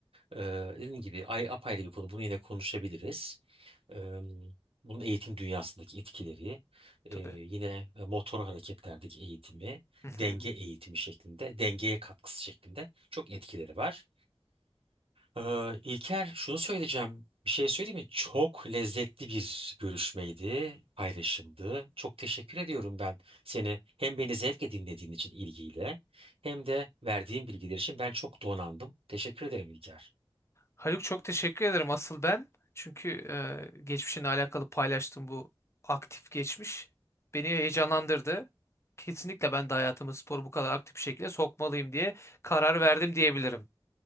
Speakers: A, on the right; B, on the left.
A: Ee, dediğim gibi ay apayrı bir konu. Bunu yine konuşabiliriz. Ee, bunun eğitim dünyasındaki etkileri, e,
B: tabii.
A: yine motor hareketlerdeki eğitimi,
B: Hı hı.
A: denge eğitimi şeklinde, dengeye katkısı şeklinde çok etkileri var. Ee, İlker şunu söyleyeceğim. Bir şey söyleyeyim mi? Çok lezzetli bir görüşmeydi, paylaşımdı. Çok teşekkür ediyorum ben seni hem beni zevkle dinlediğin için ilgiyle hem de verdiğin bilgiler için ben çok donandım. Teşekkür ederim İlker.
B: Haluk çok teşekkür ederim asıl ben. Çünkü e, geçmişinle alakalı paylaştığım bu aktif geçmiş beni heyecanlandırdı. Kesinlikle ben de hayatıma sporu bu kadar aktif bir şekilde sokmalıyım diye karar verdim diyebilirim.